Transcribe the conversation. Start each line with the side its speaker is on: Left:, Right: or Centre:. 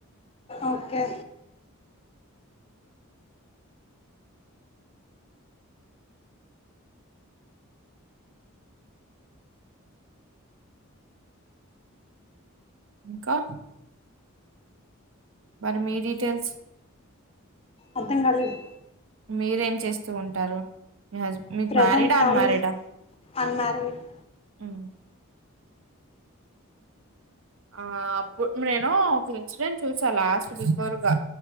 Left: ఓకే
Right: ఇంకా మరి మీ డీటెయిల్స్
Left: అర్ధం కాలేదు
Right: మీరేం చేస్తూ ఉంటారు మీ హస్బి
Left: ప్రజెంట్
Right: మ్యారిడ్ అన్మారిడా
Left: ఖాళీ అన్మ్యారీడ్
Right: ఉ ఆ అప్పుడు నేను ఒక ఇన్సిడెంట్ చూసా లాస్ట్ బిఫోర్గా